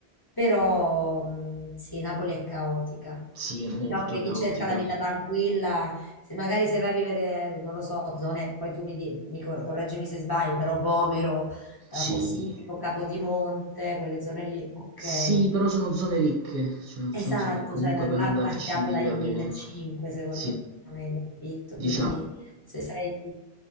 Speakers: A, on the left; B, on the right.
A: Però mh, sì, Napoli è caotica.
B: sì, è molto
A: Diciamo che
B: caotica.
A: chi cerca la vita tranquilla, se magari se vai a vivere, non lo so, zone, poi tu mi, di- mi cor- correggimi se sbaglio, però Vomero, eh,
B: Sì,
A: Posillipo, Capodimonte, quelle zone lì, ok.
B: Sì, però sono zone ricche, cioè nel
A: Esatto,
B: senso che comunque
A: cioè da là
B: per andarci
A: partiamo
B: devi
A: dai
B: avere,
A: 1500
B: sì,
A: secondo me di affitto,
B: diciamo,
A: quindi se sei,